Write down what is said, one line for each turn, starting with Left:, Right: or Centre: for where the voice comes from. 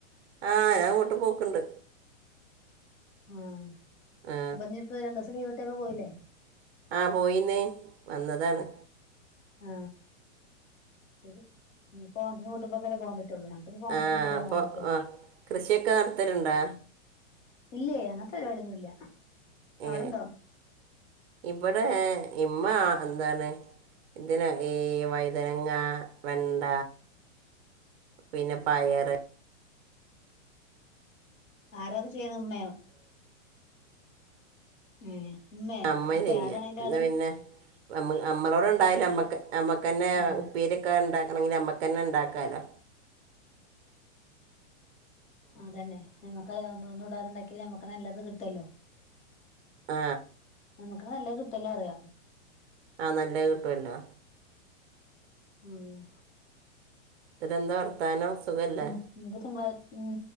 Right: ആ ഞാൻ വീട്ട് പോക്കണ്ട്
Left: ആ
Right: ആ
Left: അപ്പൊ ഇഞ് ഇപ്പം രണ്ട് ദിവസം ലീവ് കിട്ടിയപ്പം പോയില്ലേ
Right: ആ പോയിന്നേ വന്നതാണ്
Left: ആ ശരി ഞ്പോഓണത്തിന് പൂട്ടുമ്പോക്കെ പോകാൻ പറ്റുള്ളൂ ഞങ്ങൾക്ക് ഓണത്തിന്
Right: ആ
Left: പൂട്ടുമ്പോഴേ
Right: അപ്പോൾ
Left: പോകൻ പറ്റുള്ളൂ
Right: ആ കൃഷിയൊക്കെ നടത്തണലുണ്ടോ
Left: ഇല്ല അങ്ങനത്തെ പരിപാടിയോന്നും ഇല്ല
Right: ഏ
Left: അവിടുണ്ടോ
Right: ഇവിടെ ഇമ്മ എന്താണ് ഇതിനന് ഈ വൈതനങ്ങ വെണ്ട പിന്നെ പയറ്
Left: ആരാണ് ചെയ്യുന്നത് ഉമ്മയോ ഉം ഉമ്മേ
Right: അമ്മ
Left: ഉപ്പ
Right: ചെയ്യുക
Left: ആരാണ് അതിന്റെ
Right: പിന്നെ
Left: ആള്
Right: പിന്നെ നമ്മ നമ്മളോട് ഉണ്ടായാല് നമ്മക്ക് തന്നെ
Left: ഉം
Right: ഉപ്പേരിക്കെ ഉണ്ട ക്കണംണെങ്കിൽ നമ്മക്ക്ന്നെ ഉണ്ടാക്കാലോ
Left: അത് തന്നെ ഞമ്മക്ക് ഒ ഒന്നും ഉണ്ടാക്കി ഞമ്മക്ക് നല്ലത് കിട്ടുല്ലോ
Right: ആ
Left: നമുക്ക് നല്ല കിട്ടിയല്ല അറിയാം
Right: ആ നല്ല കിട്ടുവല്ലോ
Left: ഉം
Right: പിന്നെ എന്താ വർത്താനം സുഖല്ലേ
Left: ഉം ഇനിപ്പോ തിങ്കളാ ഉം